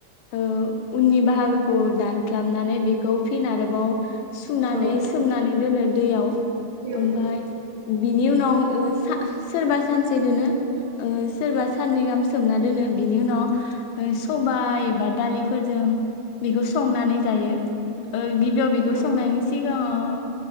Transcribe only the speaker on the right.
औ
नंगौ
नंगौ